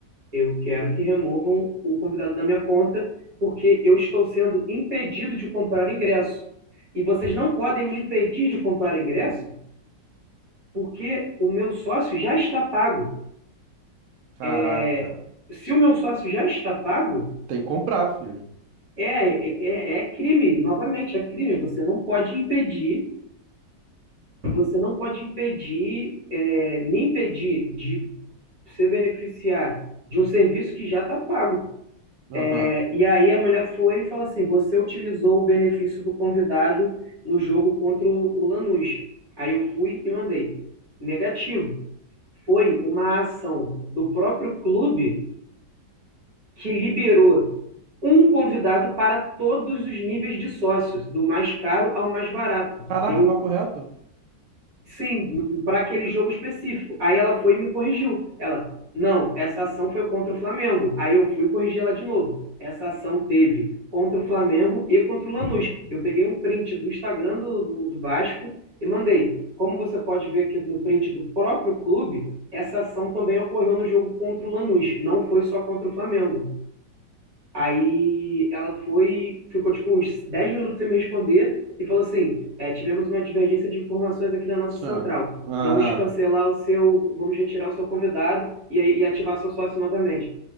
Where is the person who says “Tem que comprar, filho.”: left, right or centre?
Right